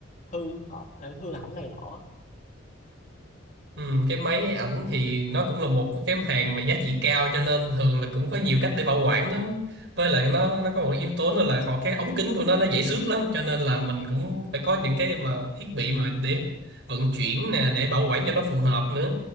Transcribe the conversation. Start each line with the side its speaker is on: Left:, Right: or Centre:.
Left: hư họ ờ, hư hỏng này nọ
Right: Ừ, cái máy ảnh thì nó cũng là một cái hàng mà giá trị cao cho nên thường là cũng có nhiều cách để bảo quản lắm với lại nó nó có một yếu tố nữa là họ cái ống kính của nó nó dễ xước lắm cho nên là mình cũng phải có những cái mà thiết bị mà để vận chuyển nè để bảo quản cho nó phù hợp nữa